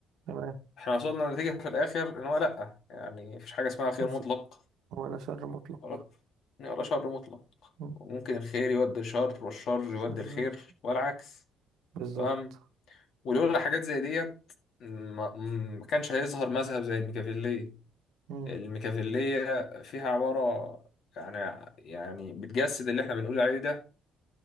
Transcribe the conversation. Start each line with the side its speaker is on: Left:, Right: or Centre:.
Right: تمام
Left: احنا وصلنا لنتيجه في الاخر ان هو لا يعني مفيش حاجه اسمها خير
Right: مف-
Left: مطلق
Right: ولا شر مطلق
Left: ولا ولا شر مطلق
Right: مم.
Left: وممكن الخير يودي الشر والشر يودي
Right: شر
Left: الخير
Right: يد-
Left: والعكس
Right: بالظبط
Left: تمام ولولا حاجات زي ديت ما ما كانش هيظهر مذهب زي الميكافيلية
Right: مم.
Left: الميكافيلية فيها عبارة يعني يعني بتجسد اللي احنا بنقول عليه ده